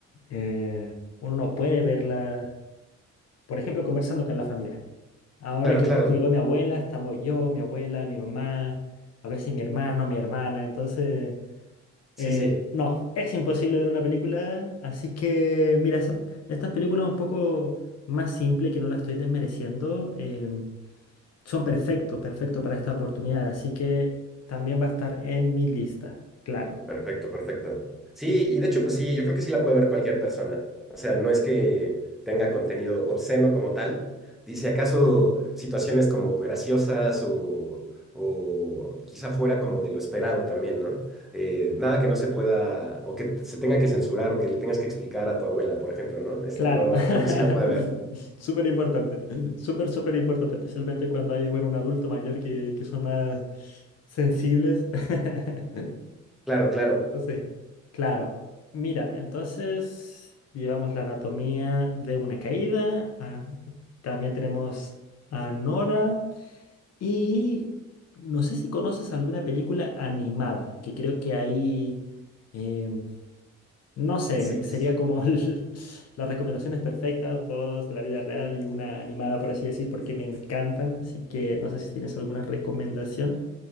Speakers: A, on the left; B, in the centre.
A: eh, uno no puede verlas, por ejemplo, conversando con la familia. Ahora
B: Claro,
A: que
B: claro.
A: justo llegó mi abuela, estamos yo, mi abuela, mi mamá, a veces mi hermano, mi hermana. Entonces,
B: Sí,
A: eh,
B: sí.
A: no, es imposible ver una película. Así que, mira, esa- estas películas un poco más simples, que no las estoy desmereciendo, em, son perfectos, perfectos para esta oportunidad. Así que también va a estar en mi lista, claro.
B: Perfecto, perfecto. Sí, y de hecho, pues sí, yo creo que sí la puede ver cualquier persona. O sea, no es que tenga contenido obsceno como tal. Dice acaso situaciones como graciosas o, o quizá fuera como de lo esperado también, ¿no? Eh, nada que no se pueda, o que se tenga que censurar, o que le tengas que explicar a tu abuela, por ejemplo, ¿no? Este,
A: Claro,
B: no,
A: <laughs>
B: creo que sí la puede ver.
A: súper importante, súper, súper importante, especialmente cuando hay, bueno, un adulto mayor que, que son más sensibles. <laughs>
B: Claro, claro.
A: Entonces, claro, mira, entonces llevamos la anatomía de una caída, ah, también tenemos a Nora y no sé si conoces alguna película animada, que creo que ahí... em, no sé,
B: Sí.
A: sería
B: sí.
A: como <laughs> el- las recomendaciones perfectas, dos de la vida real y una animada, por así decir, porque me encantan. Así que no sé si tienes alguna recomendación.